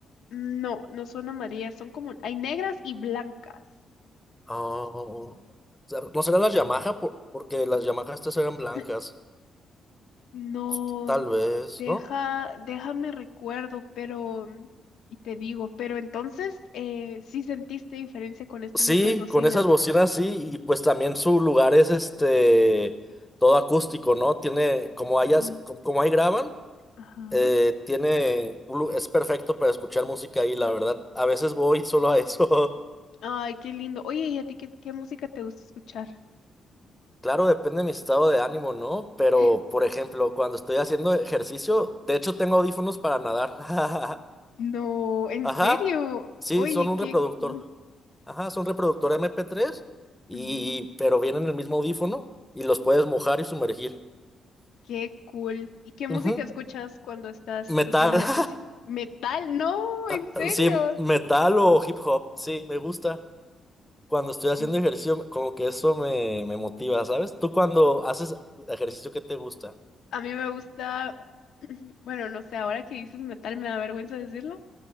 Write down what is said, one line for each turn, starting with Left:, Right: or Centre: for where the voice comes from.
Left: No, no son amarillas, son como... Hay negras y blancas.
Centre: Oh, o sea, no serán las Yamaha Por- porque las Yamaha estas eran blancas,
Left: <laughs> No,
Centre: Pues, tal vez,
Left: deja,
Centre: ¿no?
Left: déjame recuerdo, pero... Y te digo, pero entonces, eh, ¿sí sentiste diferencia con estas
Centre: Sí,
Left: otras bocinas?
Centre: con esas bocinas sí, y pues también su lugar es este todo acústico, ¿no? Tiene, como hayas,
Left: Mm,
Centre: co- como ahí graban,
Left: Ajá.
Centre: eh, tiene, un lu- es perfecto para escuchar música ahí, la verdad. A veces voy solo a eso. <laughs>
Left: Ay, qué lindo. Oye, ¿y a ti qué, qué música te gusta escuchar?
Centre: Claro, depende de mi estado de ánimo, ¿no? Pero,
Left: <laughs>
Centre: por ejemplo, cuando estoy haciendo ejercicio, de hecho tengo audífonos para nadar. <laughs>
Left: No, en
Centre: Ajá.
Left: serio.
Centre: Sí,
Left: Oye,
Centre: son un
Left: qué
Centre: reproductor.
Left: cool.
Centre: Ajá, son reproductor MP3 y,
Left: Ujú.
Centre: pero vienen en el mismo audífono y los puedes mojar y sumergir.
Left: Qué cool. ¿Y qué
Centre: Ujú.
Left: música escuchas cuando estás
Centre: Metal.
Left: haciendo ejercicio?
Centre: <laughs>
Left: Metal, no,
Centre: Ah,
Left: en serio.
Centre: ah, Sí, metal o hip hop. Sí, me gusta. Cuando estoy haciendo
Left: Mm.
Centre: ejercicio, como que eso me, me motiva, ¿sabes? Tú cuando haces ejercicio, ¿qué te gusta?
Left: A mí me gusta, <clears throat> bueno, no sé, ahora que dices metal me da vergüenza decirlo.